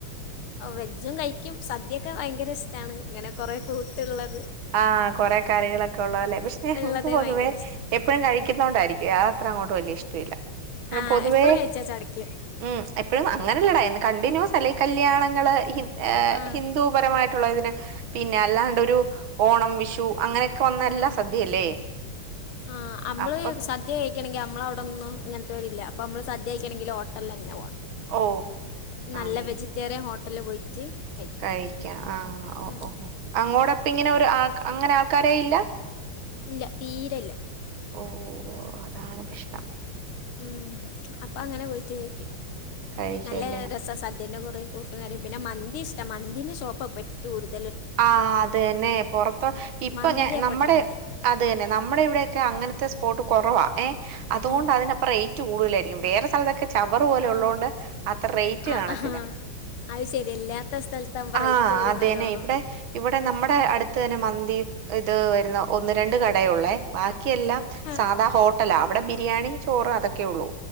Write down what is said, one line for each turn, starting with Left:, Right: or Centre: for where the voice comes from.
Left: അഹ് വെജും കഴിക്കും, സദ്യൊക്കെ ഭയങ്കര ഇസ്ട്ടാണ് ഇങ്ങനെ കൊറെേ കൂട്ടുള്ള
Right: ആഹ് കൊറെേ കറികളൊക്കെ ഉള്ളതല്ലേ, പഷെ
Left: ഉള്ളത്
Right: ഇൻക്ക് പൊതുവേ
Left: ഭയങ്കര ഇഷ്ടമാണ്
Right: എപ്പഴും കഴിക്കുന്നോണ്ടായിരിക്കുവേ അത് അത്ര അങ്ങോട്ട് വല്യ ഇഷ് <unintelligible>
Left: ആ
Right: പൊതുവേ
Left: എപ്പോഴും കഴിച്ചാൽ ചടയ്ക്കും
Right: ഉം എപ്പഴും അഹ് അങ്ങനല്ലെടാ കണ്ടിന്യൂസല്ല ഈ കല്യാണങ്ങള് ഏഹ്
Left: ആ
Right: ഹിന്ദൂ പരമായിട്ടുള്ള ഇതിന് പിന്നെ അല്ലാണ്ട് ഒരു ഓണം വിഷു അങ്ങനൊക്കെ വന്നാ
Left: ഉം.
Right: എല്ലാം സദ്യയല്ലേ.
Left: ആ അമ്മള്
Right: അപ്പൊ
Left: സദ്യ കഴിക്കണെങ്കി അമ്മളവടൊന്നും ഇങ്ങട്ട് വരില്യ അപ്പമ്മള് സദ്യായിക്കണെങ്കി ഹോട്ടല്ലന്നെ പോണം
Right: ഓ
Left: നല്ല
Right: മീൽ
Left: വെജിറ്റേറിയൻ ഹോട്ടല്ല് പോയിട്ട് കഴിക്കും
Right: കഴിക്യ ആ ഓ
Left: ഉം.
Right: ഓ അങ്ങോടപ്പങ്ങനെ ഒരു ആ അങ്ങനെ ആൾക്കാരേ ഇല്ല
Left: ഇല്ല തീരല്ല
Right: ഓ ഓ അതാണ് പ്രശ്നം
Left: ഉം അപ്പം അങ്ങനെ പോയിട്ട് കഴിക്കും
Right: കഴിക്കല്ലേ
Left: നല്ല രസാ സദ്യൻ്റെ കൊറേ കൂട്ട്കറിം പിന്നെ മന്തി ഇഷ്ടാ മന്തിൻ്റെ ഷോപ്പാ പറ്റെകൂട്തല്
Right: ആഹ് അതെന്നെ പൊറത്ത് ഇപ്പൊ
Left: മന്തി
Right: ഞ
Left: അപ്പം
Right: നമ്മുടെ
Left: ട്രെൻഡ്
Right: അതന്നെ നമ്മടെ ഇവിടൊക്കെ അങ്ങൻ ത്തെ സ്പോട്ട് കൊറവാ ഏ അതോണ്ട്
Left: ആ
Right: അതിനപ്പ റേറ്റ് കൂടുതലായിരിക്കും വേറെ സ്ഥലത്തൊക്കെ ചവറ് പോലെ
Left: ആ
Right: ഉള്ളോണ്ട് അത്ര റേറ്റ്
Left: ആ
Right: കാണത്ത്
Left: ആ അത് ശെരി ഇല്ലാത്ത സ്ഥലത്താമ്പോ
Right: ആഹ്
Left: റൈറ്റ് ഓല്
Right: അതന്നെ
Left: നല്ലോവണം
Right: ഇവിടെ ഇവിടെ നമ്മുടെ അടുത്ത് തന്നെ മന്തി ഇത് വരുന്ന ഒന്ന് രണ്ട് കടെയൊള്ളേ ബാക്കി എല്ലാം
Left: ആ,
Right: സാധാ ഹോട്ടലാ അവിടെ ബിരിയാണി ചോറ് അതൊക്കെയുള്ളു